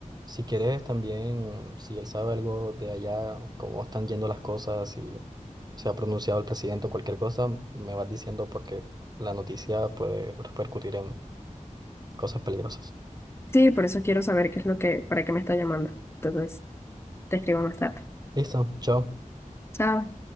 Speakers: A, on the right; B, on the left.
A: si quieres también, si él sabe algo de allá, cómo están yendo las cosas, si se ha pronunciado el presidente o cualquier cosa, me vas diciendo porque la noticia puede repercutir en cosas peligrosas.
B: Sí, por eso quiero saber qué es lo que, para qué me está llamando. Entonces, te escribo más tarde.
A: Listo, chao.
B: Chao.